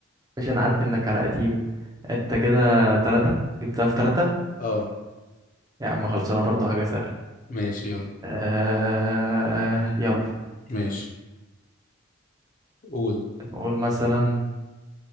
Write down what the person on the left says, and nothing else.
اه
ماشي يلا
ماشي قول